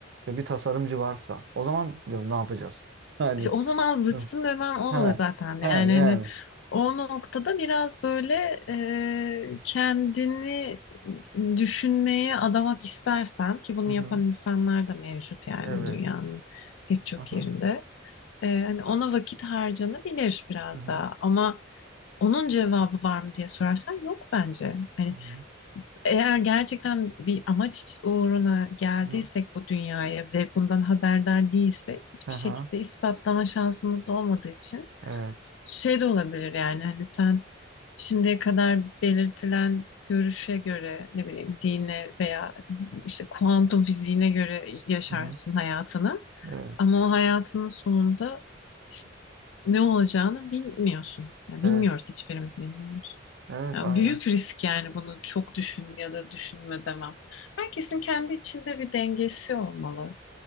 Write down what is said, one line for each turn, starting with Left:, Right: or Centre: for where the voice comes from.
Right: ve bir tasarımcı varsa o zaman diyorum ne yapacağız? <laughs> Yani
Left: İşte o zaman zıçtın
Right: hı,
Left: demem o
Right: ha
Left: oluyor zaten.
Right: ha
Left: Yani
Right: Hmm. yani.
Left: hani o noktada biraz böyle e, kendini düşünmeye adamak istersen ki bunu
Right: Hı hı.
Left: yapan insanlar da mevcut yani
Right: Evet.
Left: dünyanın pek çok
Right: Hı hı.
Left: yerinde. E, hani ona vakit harcanabilir biraz
Right: Hı hı.
Left: daha ama onun cevabı var mı diye sorarsan yok bence. Hani
Right: Hı hı.
Left: eğer gerçekten bir amaç uğruna geldiysek
Right: Hı.
Left: bu dünyaya ve bundan haberdar değilsek hiçbir
Right: Hı hı.
Left: şekilde ispatlama şansımız da olmadığı için
Right: Evet.
Left: şey de olabilir yani hani sen şimdiye kadar belirtilen görüşe göre ne bileyim dine veya işte kuantum fiziğine göre yaşarsın
Right: Hı hı.
Left: hayatını
Right: Evet.
Left: ama o hayatının sonunda is- ne olacağını bilmiyorsun. Yani bilmiyoruz
Right: Evet.
Left: hiçbirimiz bilmiyoruz.
Right: Evet
Left: Ya
Right: aynen.
Left: büyük risk yani bunu çok düşün ya da düşünme demem. Herkesin kendi içinde bir dengesi olmalı